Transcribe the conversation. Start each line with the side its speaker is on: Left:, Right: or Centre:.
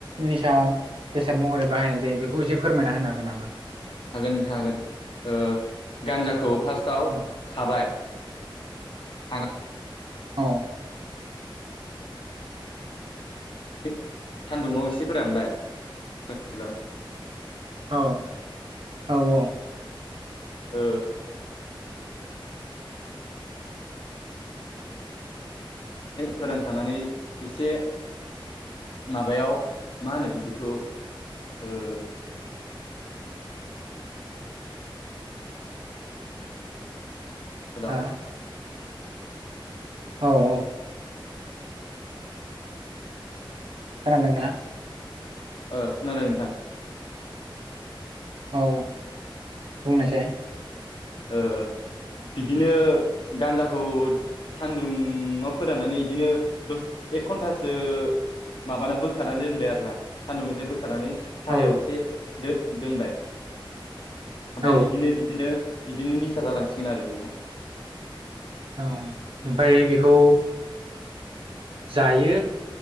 Right: निसा बेसाद महरै बाहायनाय जायो बेखौ एसे फोरमायना होनो हागोन नामा?
Left: हागोन नोंथां हागोन ओ गान्जाखौ फार्स्टआव
Right: औ
Left: खाबाय खानानै
Right: औ।
Left: न सान्दुङाव एसे फोरानबाय। हेल'
Right: औ औ औ।
Left: ओ। फोरोंखांनानै एसे माबायाव मा होनो बिदिखौ ओ हेल'
Right: हा औ औ। खोनदोंना?
Left: ओ खोनादों नोंथां।
Right: औ बुंनायसाय।
Left: ओ बिदिनो गान्जाखौ सान्दुंङाव फोराननानै बिदिनो दसे एक घन्टासो माबाना बोखानानै दोनबाय आरो ना सान्दुंनिफ्राय बोख होखारनानै सायहायाव
Right: औ
Left: एसे दोनबाय ओमफ्राय
Right: औ
Left: बिदिनो बिदिनो बिदिनो निसा जालांसिगोन आरो नोंथां।
Right: औ ओमफ्राय बेखौ जायो